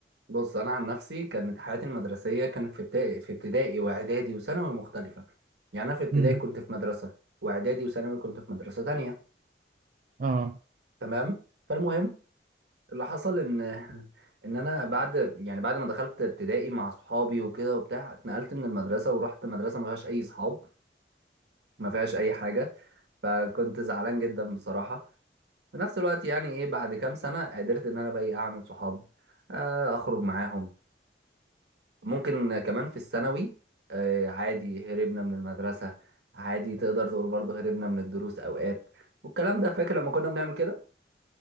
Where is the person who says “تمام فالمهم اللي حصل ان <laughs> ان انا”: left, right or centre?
Right